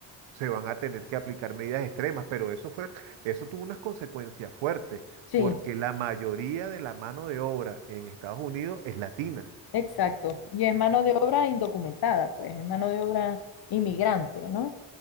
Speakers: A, on the right; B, on the left.
A: se van a tener que aplicar medidas extremas, pero eso fue, eso tuvo unas consecuencias fuertes,
B: Sí,
A: porque la mayoría de la mano de obra en Estados Unidos es latina.
B: exacto. Y es mano de obra indocumentada, pues, es mano de obra inmigrante, ¿no?